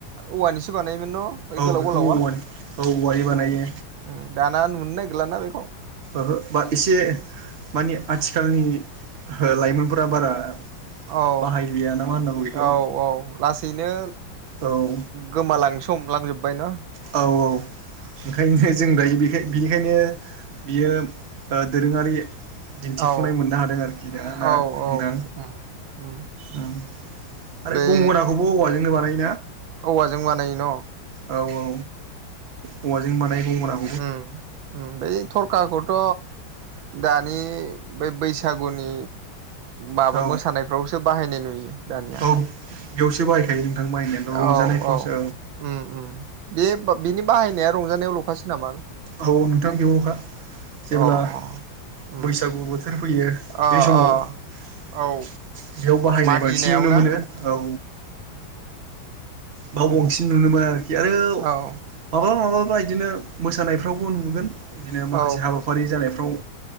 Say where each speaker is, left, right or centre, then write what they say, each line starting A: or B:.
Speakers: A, on the right; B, on the right.
A: औवानिसो बानायोमोन <unintelligible>
B: औ
A: गोलाव
B: बेखौ
A: गोलावा
B: औवानि औ औवानि बानायो
A: ओ ओ दाना नुनो नागिरलाना बेखौ
B: ओहो बा एसे मानि आथिखालनि लाइमोनफोरा बारा
A: औ
B: बाहायलिया ना मा होननांगौ बेखौ
A: औ औ लासैनो
B: औ
A: गोमालांनो हमलांजोबबायना
B: औ औ ओंखायनो जों दायो बेखाय बिनिखायनो बियो ओ दोरोङारि दिन्थिफुनाय
A: औ
B: मोननो हादों आरोखि दा ना
A: औ औ
B: नोंथां।
A: उम उम
B: ओम आरो
A: बै
B: गंगनाखौबो औवाजोंनो बानायो।
A: औवाजों बानायो न'?
B: औ औ औवाजों बानायो गंगनाखौ
A: ओम ओम बै थरखाखौथ' दानि बेै बैसागुनि माबा
B: औ
A: मोसानायफ्रावसो बाहायनाय नुयो। दानिया
B: औ बेयावसो बाहायखायो। बाहायनायाथ' रंजानायफ्रावसो
A: औ औ ओम ओम बे बिनि बाहायनाया रंजानायाव ल'खासो नामा?
B: औ नोंथां बेयावल'खा, जेब्ला
A: अ अ उम
B: बैसागु बोथोर फैयो
A: अ
B: बे समाव
A: अ
B: बेयाव
A: औ
B: बाहायनाय
A: मागिनायाव
B: बांसिन नुनो
A: ना
B: मोनो। औ बाव
A: उम
B: बांसिन नुनो मोनो आरोखि आरो
A: औ
B: माब्लाबा माब्लाबा बिदिनो मोसानाय फ्रावबो नुगोन, बिदिनो
A: औ
B: माखासे हाबाफारि जानायफ्राव